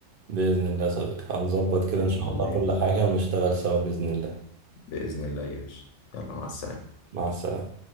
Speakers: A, on the right (about 55°); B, on the left (about 80°).
A: باذن الله يا صديقي هنظبط كده
B: بإذن
A: ان شاء
B: الله
A: الله كل
B: يا باشا
A: حاجه ونشتغل سوا باذن الله
B: بإذن الله يا باشا يلا مع السلامة
A: مع السلامه